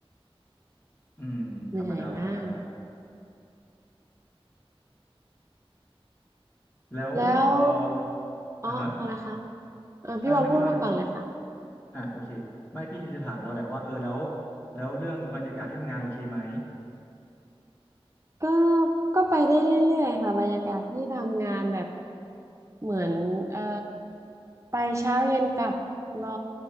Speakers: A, on the left; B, on the right.
A: อืมธรรมดาธรรมดา
B: เหนื่อยมาก
A: แล้วเอ่อ
B: แล้วอ๋ออะไรคะ
A: อ่ะฮะ
B: เออพี่บอลพูดมาก่อนเลยค่ะ
A: อ่าเมื่อกี้น้องจะอ่ะโอเคไม่พี่จะถามเราแหละว่าเออแล้วแล้วเรื่องบรรยากาศที่ทำงานโอเคไหม
B: ก็ก็ไปได้เรื่อยๆค่ะบรรยากาศที่ทำงานแบบเหมือนเออไปเช้าเย็นกลับรอ